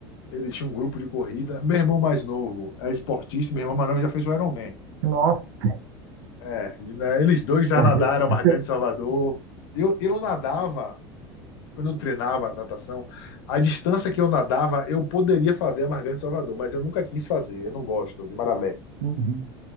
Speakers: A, on the left; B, on the right.
A: Ele tinha um grupo de corrida. Meu irmão mais novo é esportista, meu irmão mais novo já fez o Ironman.
B: Nossa.
A: É, né, eles dois já
B: <laughs>
A: nadaram Margante de Salvador. Eu, eu nadava, quando eu treinava natação, a distância que eu nadava, eu poderia fazer a Margante de Salvador, mas eu nunca quis fazer, eu não gosto de Marabé.
B: Uhum,